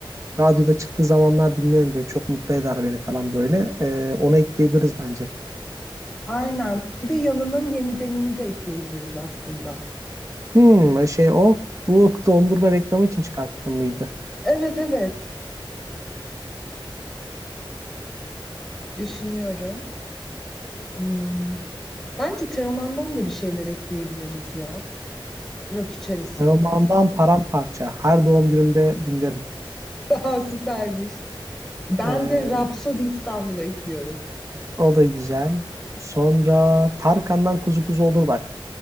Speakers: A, on the right; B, in the centre.
A: Radyoda çıktığı zamanlar dinlerim böyle. Çok mutlu eder beni falan böyle. Ee, ona ekleyebiliriz bence.
B: Aynen. Bir de Yalın'ın Yenidenini de ekleyebiliriz aslında.
A: Hmm şey o bu dondurma reklamı için çıkarttım mıydı?
B: Evet evet. Düşünüyorum. Hmm. Bence Teoman'dan da bir şeyler ekleyebiliriz ya. Rock içerisinde.
A: Teoman'dan paramparça. Her doğum günümde dinlerim.
B: <laughs> Daha süpermiş. Ben
A: Ee,
B: de Rhapsody İstanbul'a ekliyorum.
A: o da güzel. Sonra Tarkan'dan Kuzu Kuzu olur bak.